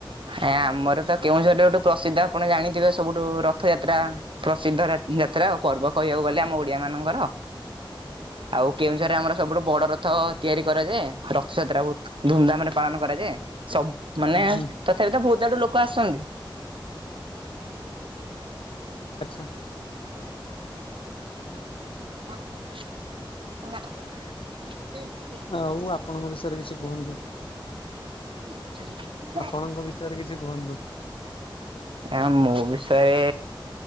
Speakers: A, on the right; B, on the left.
A: ହଁ ଆମର ତ କେଉଁଝରିଆ ଲୋକ, ସିଧା ଆପଣ ଜାଣିଥିବେ ସବୁଠୁ ରଥଯାତ୍ରା। ପ୍ରସିଦ୍ଧ ଯାତ୍ରା ଓ ପର୍ବ କହିବାକୁ ଗଲେ ଆମ ଓଡିଆ ମାନଙ୍କର ଆଉ କେଉଁଝରେ ଆମର ସବୁଠୁ ବଡ ରଥ ତିଆରି କରାଯାଏ, ରଥଯାତ୍ରା ବହୁତ ଧୁମଧାମ ରେ ପାଳନ କରାଯାଏ, ସବୁ ମାନେ
B: ହୁଁ ହୁଁ
A: ତଥାପି ତ ବହୁତ ଆଡୁ ଲୋକ ଆସନ୍ତି।
B: ଆଛା।
A: ହଁ ହଁ <unintelligible>
B: ଆଉ ଆପଣଙ୍କ ବିଷୟରେ କିଛି କୁହନ୍ତୁ?
A: ହ
B: ଆପଣଙ୍କ ବିଷୟରେ କିଛି କୁହନ୍ତୁ।
A: ଆ ମୋ ବିଷୟରେ